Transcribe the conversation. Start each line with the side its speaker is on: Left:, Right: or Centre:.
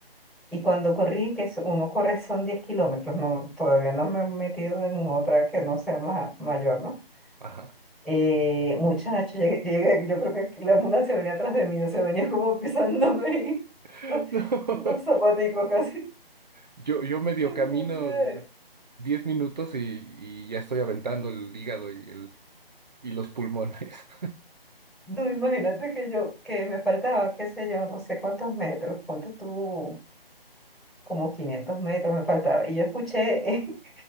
Centre: Y cuando corrí, que es- uno corre son 10 kilómetros, no, todavía no me he metido en otra que no sea ma- mayor, ¿no?
Right: ajá.
Centre: Eh, muchacho, llegué, llegué, yo creo que la ambulancia venía atrás de mí, o sea, venía como pisándome y <laughs>
Right: <laughs>
Centre: los,
Right: No.
Centre: los zapaticos casi.
Right: Yo, yo medio
Centre: Entonces,
Right: camino de- 10 minutos y, y ya estoy aventando el hígado y, el, y los pulmones.
Centre: no, imagínate que yo, que me faltaba, qué sé yo, no sé cuántos metros, ponte tú como 500 metros me faltaba. Y yo escuché <laughs>